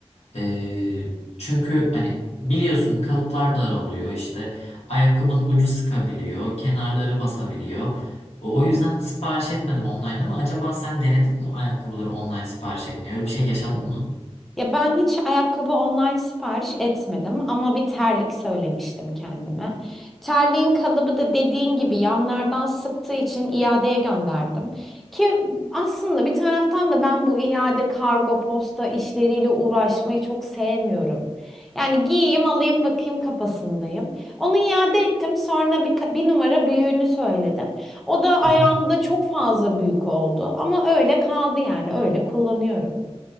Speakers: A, on the left; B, in the centre.
A: E, çünkü hani biliyorsun kalıplar daralıyor işte. Ayakkabının ucu sıkabiliyor, kenarları basabiliyor. O o yüzden hiç sipariş etmedim online ama acaba sen denedin mi ayakkabıları online sipariş etmeyi? Öyle bir şey yaşadın mı?
B: Ya ben hiç ayakkabı online sipariş etmedim ama bir terlik söylemiştim kendime. Terliğin kalıbı da dediğin gibi yanlardan sıktığı için iadeye gönderdim. Ki aslında bir taraftan da ben bu iade kargo posta işleriyle uğraşmayı çok sevmiyorum. Yani giyeyim alayım bakayım kafasındayım. Onu iade ettim sonra bir, ka- bir numara büyüğünü söyledim. O da ayağımda
A: Aha.
B: çok fazla büyük oldu ama öyle kaldı yani öyle kullanıyorum.